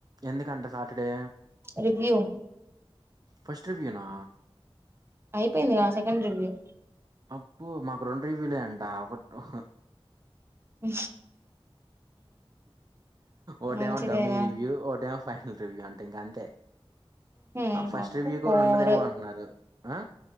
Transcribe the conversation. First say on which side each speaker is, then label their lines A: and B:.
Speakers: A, on the right; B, on the right.
A: ఎందుక్ కంటా సాటర్డే.
B: రివ్యూ.
A: ఫస్ట్ రివ్వు నా?
B: అయిపోయిందిగా సెకండ్ రివ్యూ
A: అప్పు మాకు రెండు రీవ్యూలే అంట. ఒకట్ ఓహో
B: అ
A: ఓటేమో
B: మంచిదేగా
A: డమ్మీ రివ్యూ, ఓటేమో ఫైనల్ రివ్యూ అంట. ఇంకా అంతే.
B: హుమ్మ్,
A: ఫస్ట్
B: మాకు
A: రివ్యూ
B: ఫోర్.
A: కూడా ఉండదేమో అంటున్నారు ఆ